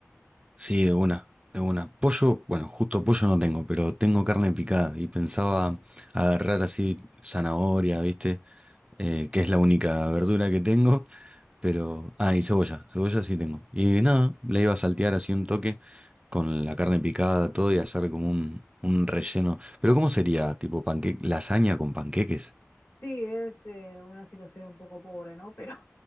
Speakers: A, on the right; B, on the left.
A: Sí, de una, de una. Pollo, bueno, justo pollo no tengo, pero tengo carne picada y pensaba agarrar así zanahoria, ¿viste? Eh, que es la única verdura que tengo, pero... Ah, y cebolla, cebolla sí tengo. Y nada, la iba a saltear así un toque con la carne picada, todo y hacer como un, un relleno. Pero ¿cómo sería? Tipo panque... lasaña con panqueques.
B: Sí, es eh, una situación un poco pobre, ¿no? Pero